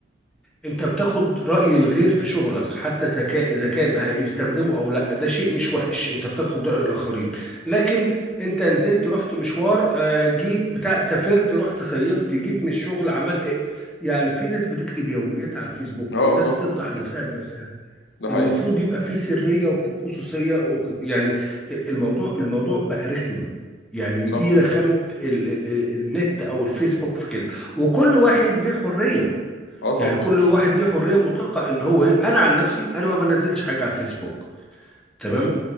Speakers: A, in the centre; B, on the left (about 75°).
A: انت بتاخد راي الغير في شغلك حتى ذكاء اذا كان هيستخدمه او لا ده شيء مش وحش انت بتاخد راي الاخرين لكن انت نزلت رحت مشوار آه، جيت بتاع سافرت رحت صيفت جيت من الشغل عملت ايه يعني في ناس بتكتب يومياتها على الفيسبوك
B: اه
A: الناس
B: طبعا
A: بتفضح نفسها بنفسها
B: ده حقيقي
A: المفروض يبقى فيه سرية وفيه خصوصية وخ- يعني الموضوع الموضوع بقى رخم يعني
B: صح
A: دي رخامة ال ال ال- النت او الفيسبوك في كده وكل واحد ليه حرية
B: اه طبعا
A: يعني كل واحد ليه حرية مطلقة ان هو ي- انا عن نفسي انا ما بنزلش حاجة على الفيسبوك تمام